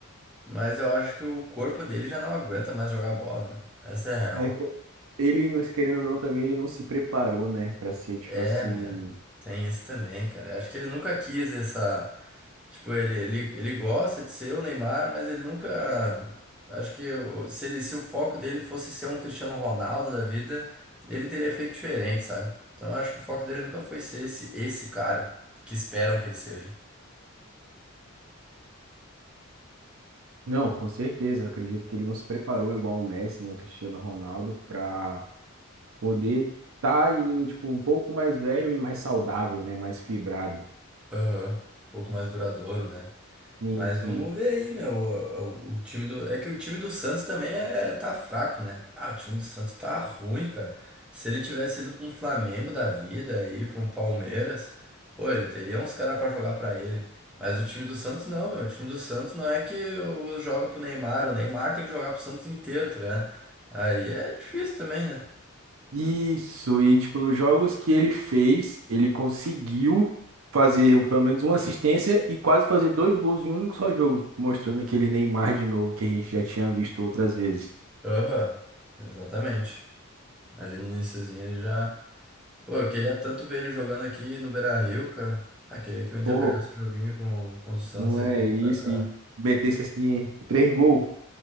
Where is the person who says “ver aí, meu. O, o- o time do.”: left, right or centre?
Centre